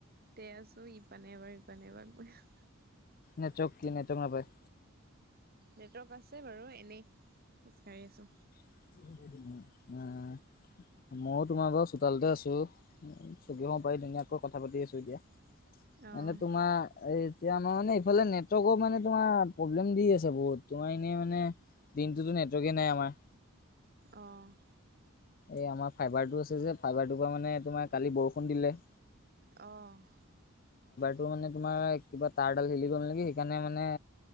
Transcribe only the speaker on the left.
নেটৱৰ্ক কি নেটৱৰ্কক নাপায়।
<unintelligible> ময়ো তোমাৰ বাৰু চোতালতে আছো, চকী এখন পাৰি ধুনীয়াকৈ কথা পাতি আছো এতিয়া।
মানে তোমাৰ এই। এতিয়া আমাৰ মানে এইফালে নেটৱৰ্কৰ মানে তোমাৰ প্ৰব্লেম দি আছে বহুত তোমাৰ এনে মানে দিনটোতো নেটৰ্ৱকে নাই আমাৰ।
এই আমাৰ ফাইবাৰটো আছে যে ফাইবাৰটোৰ পৰা মানে তোমাৰ কালি বৰষুণ দিলে।
সেইটোৰ মানে তোমাৰ, কিবা তাৰডাল হেলি গ'ল নেকি। সেইকাৰণে মানে